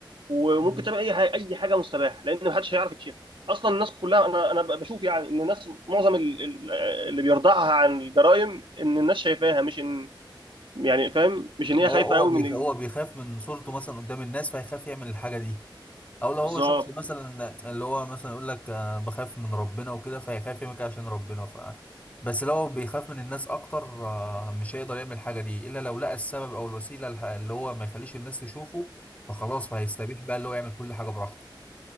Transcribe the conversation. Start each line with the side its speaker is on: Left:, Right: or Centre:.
Right: وممكن
Left: مم.
Right: تعمل اي حاجه اي حاجه مستباح لان محدش هيعرف يكشفها اصلا الناس كلها انا انا بشوف يعني ان الناس معظم ال- ال- اللي بيرضعها عن الجرائم ان الناس شايفاها مش ان يعني فاهم مش ان هي
Left: هو
Right: خايفه
Left: هو
Right: قوي
Left: بيخ...
Right: من
Left: هو
Right: ال-
Left: بيخاف من صورته مثلا قدام الناس فيخاف يعمل الحاجه دي او لو هو
Right: بالظبط
Left: شخص مثلا اللي هو مثلا يقول لك آه، بخاف من ربنا وكده فهيخاف يعمل كده عشان ربنا ف بس لو بيخاف من الناس اكتر آه، مش هيقدر يعمل الحاجه دي الا لو لقى السبب او الوسيله الح- اللي هو ما يخليش الناس تشوفه فخلاص فهيستبيح بقى اللي هو يعمل كل حاجه براحته